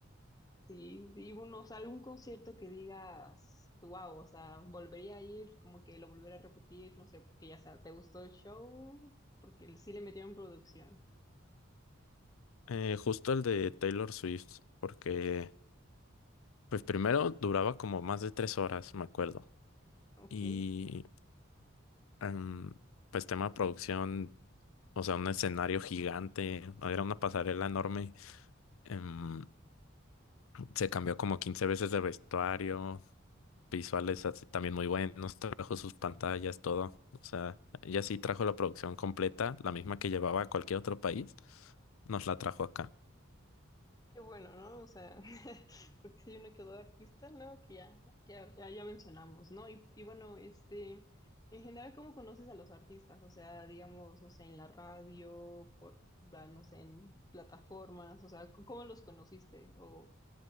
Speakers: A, on the left; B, on the left.
A: sí, y uno, o sea, algún concierto que digas, wow, o sea, volvería a ir, como que lo volvería a repetir, no sé, porque ya sea, ¿te gustó el show? Porque sí le metieron producción.
B: Eh, justo el de Taylor Swift, porque Pues primero duraba como más de tres horas, me acuerdo.
A: Ok.
B: Y em, pues tema de producción, o sea, un escenario gigante, era una pasarela enorme. Em, se cambió como 15 veces de vestuario, visuales así también muy buenos, trajo sus pantallas, todo. O sea, ella sí trajo la producción completa, la misma que llevaba a cualquier otro país, nos la trajo acá.
A: Qué bueno, ¿no? O sea, <laughs> porque si hay uno que otro artista, ¿no? Que ya, ya, ya, ya mencionamos, ¿no? Y, y bueno, este, en general, ¿cómo conoces a los artistas? O sea, digamos, no sé, en la radio, por, ah, no sé, en plataformas, o sea, ¿cómo cómo los conociste? ¿O